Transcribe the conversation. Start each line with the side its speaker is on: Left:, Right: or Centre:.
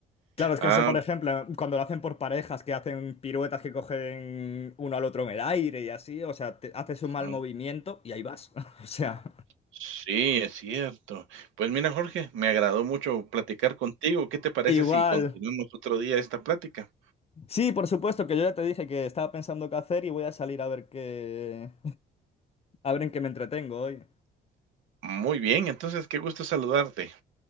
Left: Claro, es
Right: Ah,
Left: que eso, por ejemplo, cuando lo hacen por parejas, que hacen piruetas que cogen uno al otro en el aire y así, o sea, te- haces un mal
Right: ujú.
Left: movimiento y ahí vas. <laughs> O sea,
Right: Sí, es cierto. Pues mira, Jorge, me agradó mucho platicar contigo. ¿Qué te parece
Left: igual.
Right: si continuamos otro día esta plática?
Left: Sí, por supuesto, que yo ya te dije que estaba pensando qué hacer y voy a salir a ver qué, <laughs> a ver en qué me entretengo hoy.
Right: Muy bien, entonces qué gusto saludarte.